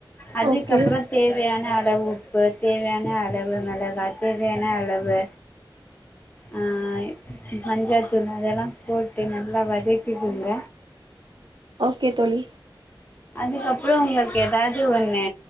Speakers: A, on the left; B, on the right.
A: அதுக்கப்புறம்
B: ஓகே
A: தேவையான அளவு உப் ப்பு தேவையான அளவு மெளகா தேவையான அளவு ஆ மஞ்சாத்தூள் அதெல்லாம் போட்டு நல்லா வதக்கக்குங்க
B: ஓகே தோழி
A: அதுக்கப்புறம் உங்களுக்கு ஏதாவது ஒண்ணு